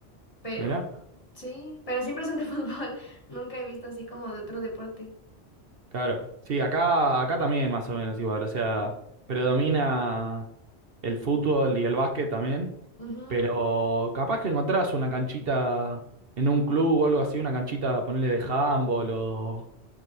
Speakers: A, on the left; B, on the right.
A: pero
B: Mirá,
A: sí, pero siempre son de <laughs> fútbol. Nunca he visto así como de otro deporte.
B: claro. Sí, acá, acá también más o menos igual. O sea, predomina el fútbol y el básquet también.
A: Ujú.
B: Pero capaz que encontrás una canchita en un club o algo así, una canchita, ponerle de handball o,